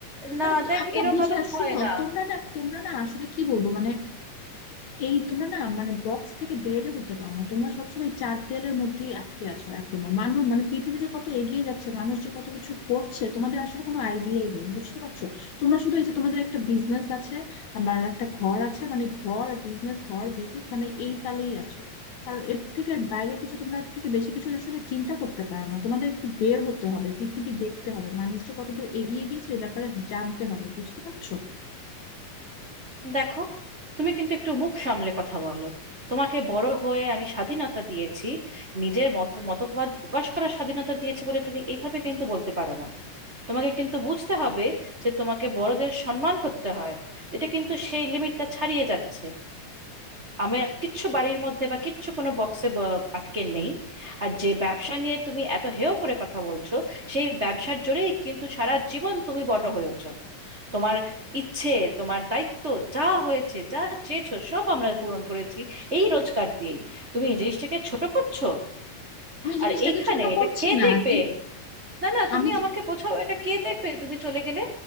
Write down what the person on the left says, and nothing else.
মানে তো-
আমি না
বুঝি
না
শুনো
তোমরা না তোমরা না আসলে কি বলবো মানে এই তোমরা না মানে বক্স থেকে বেরে উঠতে পারো না তোমরা সবসময় চার দেয়ালের মধ্যেই আটকে আছো এখনো মানুষ মানে পৃথিবী যে কত এগিয়ে যাচ্ছে মানুষ যে কত কিছু করছে তোমাদের আসলে কোনো আইডিয়াই নেই বুঝতে পারছো তোমরা শুধু এই যে তোমাদের একটা বিজনেস আছে আমার একটা ঘর আছে মানে ঘর আর বিজনেস ঘর বিজনেস মানে এই তালেই আছো আর এর থেকে বাইরে কিছু তোমরা এর থেকে বেশি কিছু আসলে চিন্তা করতে পারো না তোমাদের একটু বের হতে হবে পৃথিবী দেখতে হবে মানুষ যে কতদূর এগিয়ে গেছে এ ব্যাপারে জানতে হবে বুঝতে পারছো
আমি জিনিসটাকে
ছোট
করছি
না
কিন্তু
আমি